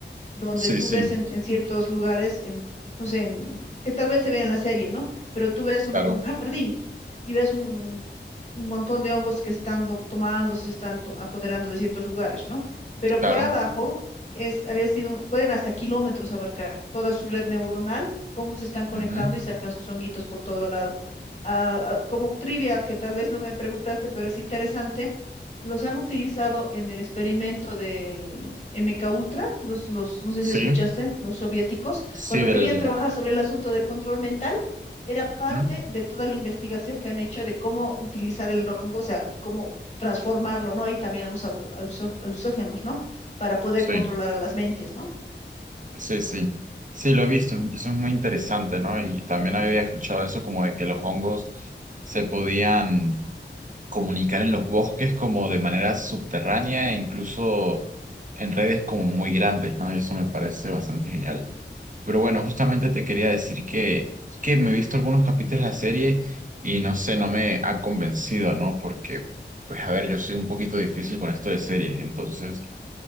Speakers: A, on the left (about 40°); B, on the right (about 45°).
A: donde
B: sí,
A: tú
B: sí,
A: ves en, en ciertos lugares, en, no sé, en- que tal vez se ve en la serie, ¿no? Pero tú ves un
B: claro,
A: jardín y ves un, un montón de hongos que se están do- tomando, se están to- apoderando de ciertos lugares, ¿no? Pero
B: claro.
A: por abajo es, había sido, pueden hasta kilómetros abarcar toda su red neuronal, cómo se están conectando
B: ujú,
A: y sacan sus honguitos por todo lado. Ah, ah, como trivia que tal vez no me preguntaste, pero es interesante. Los han utilizado en el experimento del MK Ultra, los, los, no sé
B: Sí,
A: si escuchaste, los soviéticos,
B: sí,
A: cuando
B: del...
A: querían trabajar sobre el asunto del control mental, era parte
B: ujú,
A: de toda la investigación que han hecho de cómo utilizar el hongo, o sea, cómo transformarlo, ¿no? Ahí también han usado aluso- aluxógenos, ¿no? Para poder
B: sí.
A: controlar a las mentes, ¿no?
B: Sí, sí. Sí, lo he visto. Eso es muy interesante, ¿no? Y también había escuchado eso como de que los hongos se podían comunicar en los bosques como de manera subterránea e incluso en redes como muy grandes, ¿no? Y eso me parece bastante genial. Pero bueno, justamente te quería decir que, que me he visto algunos capítulos de la serie y no sé, no me ha convencido, ¿no? Porque, pues a ver, yo soy un poquito difícil con esto de series, entonces...